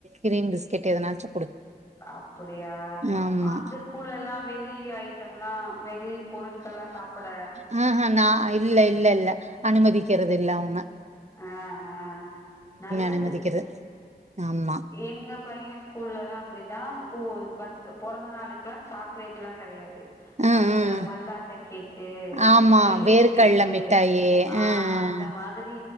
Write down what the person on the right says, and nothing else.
கிரீம் பிஸ்கட் எதனாச்சும்
ஆமா
ம்ஹ ஹ நா இல்ல இல்ல இல்ல அனுமதிகறது இல்ல அவுங்க
அனுமதிக்கிறது ஆமா
ம்
ம்
ஆமா
வேர்க்கடல
மிட்டாயி
ஆ ஆ